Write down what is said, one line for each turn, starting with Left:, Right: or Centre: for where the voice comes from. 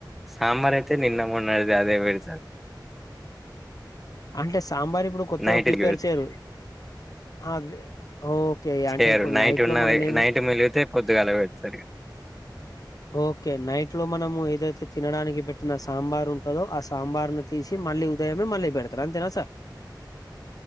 Centre: సాంబార్ అయితే నిన్న మొన్నడ్ది అదే పెడతారు
Left: అంటే సాంబార్ ఇప్పుడు కొత్తగా
Centre: నైట్
Left: ప్రిపేర్
Centre: కి పెడు
Left: చేయరు అవె ఓకే
Centre: చేయరు
Left: అంటే ఇప్పుడు నైట్
Centre: ఉన్నది
Left: లో మనం ఏమి
Centre: నైట్ మిలిగితే పొద్దుగాల పెడతారు ఇగ
Left: ఓకే నైట్ లో మనము ఏదైతే తినడానికి పెట్టిన సాంబార్ ఉంటదో ఆ సాంబార్ను తీసి మళ్ళీ ఉదయమే మళ్ళీ పెడతారు అంతేనా సార్